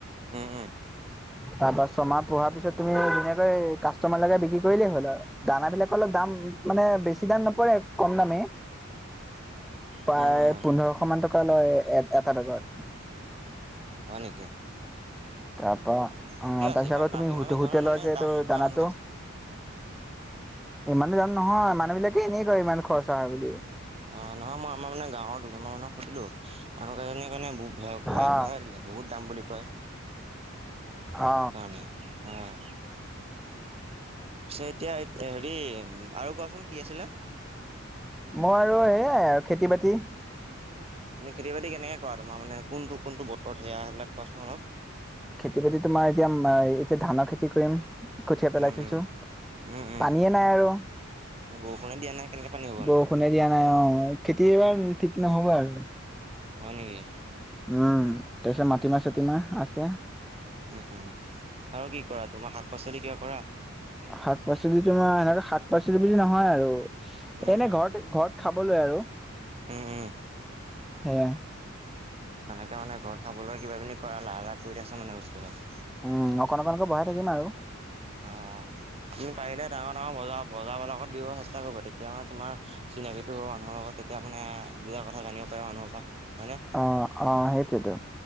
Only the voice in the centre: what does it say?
তাৰপা ছমাহ পুহা পিছত তুমি ধুনীয়াকৈ কাষ্টমাৰ লগাই বিক্ৰী কৰিলেই হ'ল আৰু দানা বিলাকৰ অলপ দাম মানে বেছি দাম নপৰে কম দামেই। প্ৰায়
পোন্ধৰশ মান টকা লয় এ, এটা বেগত।
তাৰপা
অ',
তাৰপিছত
আকৌ
তুমি
হু,
হুতেলৰ
যে
দানা
টো ইমানো দাম নহয় মানুহ বিলাকে এনেই কয় ইমান খৰচা হয় বুলি।
অ
অ
মই আৰু এইয়াই আৰু খেতি- বাতি।
খেতি- বাতি তোমাৰ এতিয়া, এতিয়া ধানৰ খেতি কৰিম কঠীয়া পেলাই
থৈছো।
পানীয়ে নাই আৰু।
বৰষুণে দিয়া নাই অ' খেতি এইবাৰ
ঠিক নহ'ব আৰু।
উম, তাৰপিছত মাটিমাহ চাতিমাহ আছে।
শাক- পাচলি তোমাৰ আৰু শাক- পাচলি বুলি নহয় আৰু
এনে ঘৰতে ঘৰত খাবলৈ আৰু।
সেইয়া।
উম অকণ, অকনকৈ বঢ়াই থাকিম আৰু।
অ ', অ' সেইটোৱেটো।